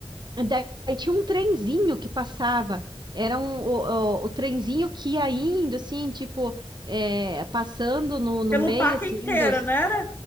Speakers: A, on the right; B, on the left.
A: Daí tinha um trenzinho que passava. Era um, o, o, o trenzinho que ia indo, assim, tipo, é, passando no, no
B: Pelo
A: meio,
B: parque
A: assim,
B: inteiro,
A: dos,
B: não era?